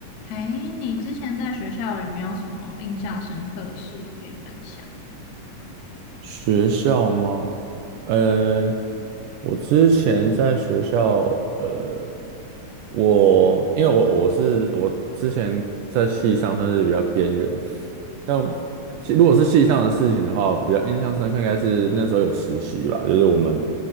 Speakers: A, on the left; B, on the right.
A: 哎，你之前在学校有没有什么印象深刻的事可以分享？
B: 学校吗？呃，我之前在学校，呃，我因为我我是我之前在系上算是比较边缘，但系如果是系上的事情的话，比较印象深刻应该是那时候有实习吧，就是我们